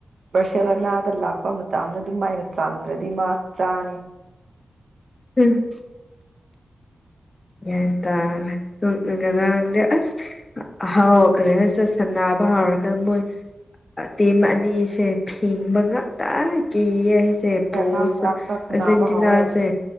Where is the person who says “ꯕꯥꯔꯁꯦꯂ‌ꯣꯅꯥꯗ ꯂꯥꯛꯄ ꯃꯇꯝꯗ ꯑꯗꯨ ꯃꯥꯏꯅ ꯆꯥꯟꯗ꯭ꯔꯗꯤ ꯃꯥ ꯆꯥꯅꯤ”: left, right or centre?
Right